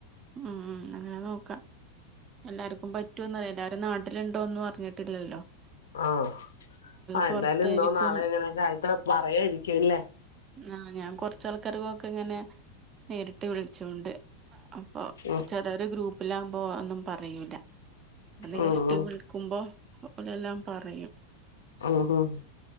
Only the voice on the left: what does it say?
ആഹ് ആ
എന്തായാലും ഇന്നോ നാളെ എങ്ങനെയൊക്കെ ആയിട്ട് പറയുമായിരക്കല്ലേ
ഉം
ഉം ഉം
ഉം ഉം